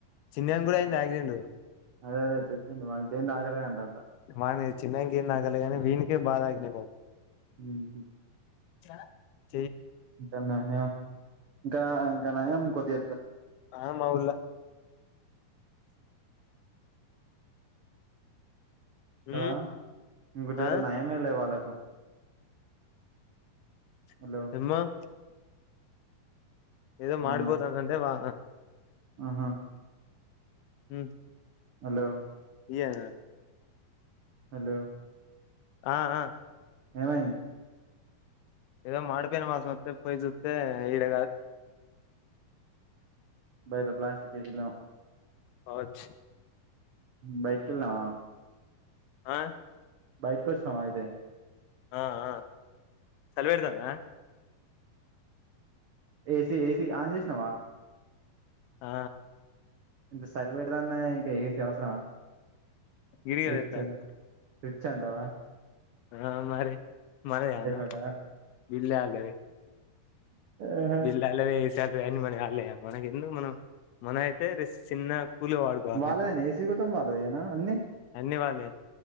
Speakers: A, on the left; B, on the right.
A: చిన్నయిను కూడా అయింది ఆయాక్సిడెంట్
B: అదే అదే చు <unintelligible>
A: మన చిన్నకి ఏం నాగలిగానీ వీనికే బాధ ఆగినపోము
B: <unintelligible>
A: <unintelligible>
B: ఇంకాన్నా ఇంకా ఇంకా నయం కొద్ది
A: ఆమవుల ఉమ్
B: <unintelligible>
A: ఆ
B: నయమే లే వాళ్ళకు
A: <unintelligible>
B: హలో
A: ఏదో <unintelligible>
B: అవునా
A: అంటే వా
B: ఆహా
A: ఉమ్
B: హలో
A: <unintelligible>
B: హలో
A: ఆ ఆ
B: ఏమైంది
A: ఏదో మాడిపోయిన వాసన వస్తే పోయి సుతే ఈడ కాదు
B: బయద ప్లాస్టిక్ కేజీలా
A: వచ్చ
B: బయటకి వెళ్ళదామా
A: ఆ
B: బయటక వసినవా అయితే
A: ఆ అ సలిపేడతనదా
B: ఏస ఏసి ఆన్ చేసినవా
A: ఆ
B: ఇంత సలిపెడదా ఏ ఏసి అవసరమా
A: గిరిగల
B: రిచ్
A: తేతన్
B: రిచ్ అంటవా
A: ఆ మరి మరిన్న
B: అంటావా
A: బిళ్ల్ళాలది
B: ఆహా
A: బిల్ అలదే ఈస అన్ని మన అళ్లే మనకి ఎందు మనం మన అయితే ర చిన్న కూల్ గా వాడుకోవాలి
B: వళ్లదేనా ఏసీ కోతం బాలేదునా అన్ని
A: అన్ని వాళ్ళే